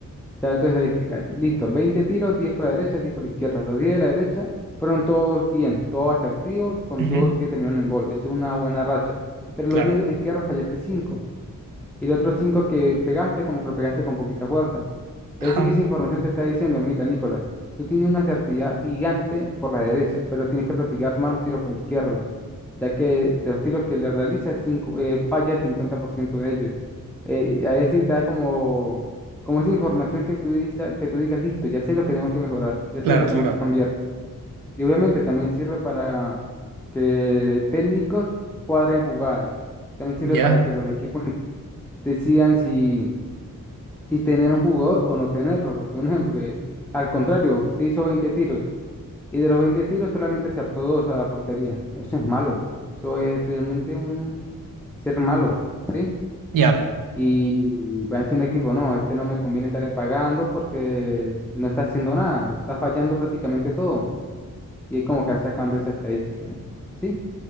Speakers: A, in the centre; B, on the right.
A: saber tu estadística. Listo, 20 tiros, 10 por la derecha, 10 por la izquierda. Los 10 de la derecha fueron todos bien, todos asertivos, con
B: Ujú,
A: dos que terminaron en gol. Eso es una buena racha. Pero
B: Claro.
A: los 10 de la izquierda fallaste 5. Y los otros cinco que pegaste, como que lo pegaste con poquita fuerza.
B: Ajá.
A: Es decir, que esa información te está diciendo, mira, Nicolás, tú tienes una certidumbre gigante por la derecha, pero tienes que practicar más los tiros por la izquierda, ya que de los tiros que le realizas, cinco, eh, falla el 50% de ellos. Eh, y a decir, te da como, como esa información que tú dices, que tú digas, listo, ya sé lo que tengo que mejorar, ya
B: Claro,
A: sé lo que
B: claro.
A: tengo que cambiar. Y obviamente también sirve para que técnicos cuadren jugadas. También sirve
B: Ya,
A: para que los equipos en sí decidan si si tener un jugador o no tenerlo. Porque un ejemplo que, al contrario, usted hizo 20 tiros y de los 20 tiros solamente acertó dos a la portería. Eso es malo. Eso es realmente un ser malo, ¿sí?
B: ya.
A: Y y va a decir un equipo, no, este no me conviene estarle pagando porque no está haciendo nada, está fallando prácticamente todo. Y es como que van sacando esas estadísticas, ¿sí?